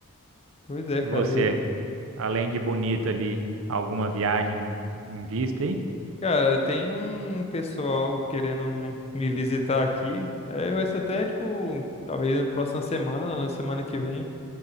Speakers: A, on the left; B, on the right.
A: Pois é, cara.
B: E você,
A: E,
B: além de bonito ali, alguma viagem em vista aí?
A: cara, tem um pessoal querendo um, me visitar aqui. É, vai ser até, tipo, talvez na próxima semana, na semana que vem.